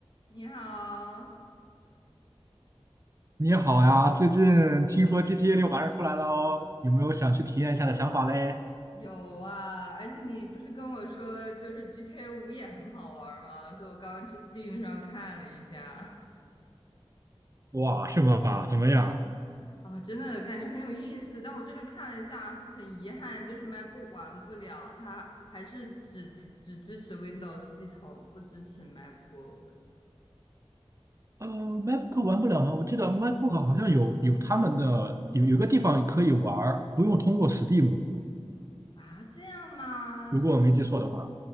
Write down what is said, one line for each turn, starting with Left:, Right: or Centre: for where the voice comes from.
Left: 你好，
Right: 你好呀，最近听说 GTA 六马上出来了哦，有没有想去体验一下的想法嘞？
Left: 有啊，而且你不是跟我说就是 GTA 五也很好玩儿吗？所以我刚刚去 Steam 上看了一下，
Right: 哇，是吗？怎么样？
Left: 啊，真的感觉很有意思，但我真的看了一下，很遗憾，就是 MacBook 玩不了，它还是只只支持 Windows 系统，不支持 MacBook，
Right: 呃，MacBook 玩不了吗？我记得 MacBook
Left: 玩不了
Right: 好像有有他们的有有个地方可以玩儿，不用通过 Steam，
Left: 啊？这样吗？
Right: 如果我没记错的话。